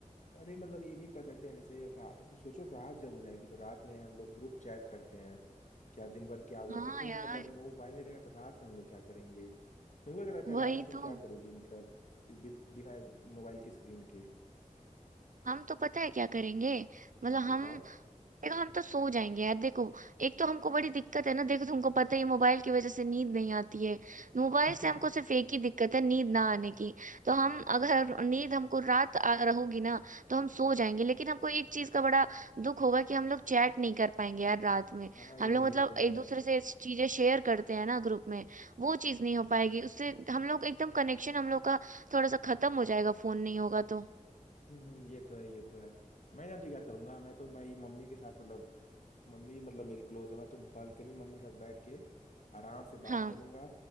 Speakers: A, on the left; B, on the right.
A: अरे मतलब ये भी कर सकते हैं जैसे रा, सोचो रात जब हो जाएगी तो रात में हम लोग ग्रुप चैट करते हैं क्या दिन भर क्या हुआ
B: हाँ
A: सोचो
B: यार
A: मतलब मोबाइल नहीं रहेगा तो रात में हम लोग क्या करेंगे तुमको क्या लगता है
B: वही
A: रात में तुम
B: तो
A: क्या करोगी मतलब बि, बिना मोबाइल की स्क्रीन के
B: हम तो पता है क्या करेंगे मतलब
A: हाँ
B: हम
A: बताओ
B: देखो हम तो सो जाएंगे यार देखो एक तो हमको बड़ी दिक्कत है ना देखो तुमको पता ही है, मोबाइल की वजह से नींद नहीं आती है मोबाइल
A: <laughs>
B: से हमको सिर्फ एक ही दिक्कत है नींद ना आने की तो हम अगर नींद हमको रात आ रहोगी ना तो हम सो जाएंगे लेकिन हमको एक चीज का बड़ा दुख होगा कि हम लोग चैट नहीं कर पाएंगे यार रात में
A: हाँ
B: हम
A: यार
B: लोग
A: ये
B: मतलब
A: तो है
B: एक दूसरे से चीजें शेयर करते हैं ना ग्रुप में वो चीज नहीं हो पाएगी उससे हम लोग एकदम कनेक्शन हम लोग का थोड़ा सा खत्म हो जाएगा फोन नहीं होगा तो
A: हम्म ये तो है ये तो है मैं जान तो क्या करूंगा मैं तो भाई मम्मी के साथ मतलब मम्मी मतलब मेरी क्लोज है मैं तो बालकनी मम्मी के साथ बैठ के आराम से बात
B: हाँ
A: करूंगा